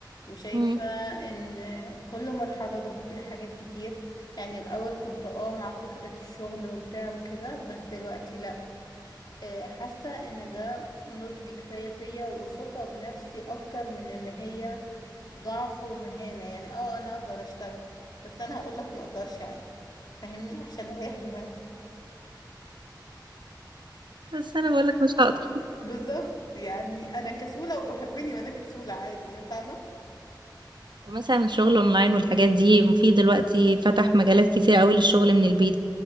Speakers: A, on the left; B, on the right.
A: وشايفة
B: مم.
A: ان كل مرحلة ضافت لي حاجات كتير يعني الاول كنت اه مع فكرة الشغل وبتاع وكده بس دلوقتي لا آه، حاسة ان ده نضج كفاية فيا وثقة بنفسي اكتر من ان هي ضعف ومهانة يعني اه انا اقدر اشتغل بس انا هقولك ما اقدرش عادي فاهمني عشان اريح دماغي
B: بس انا بقولك مش هقدر
A: بالظبط يعني انا كسولة وبحبني وانا كسولة عادي يعني فاهمة
B: مثلا الشغل اونلاين والحاجات دي في دلوقتي فتح مجالات كتير قوي للشغل من البيت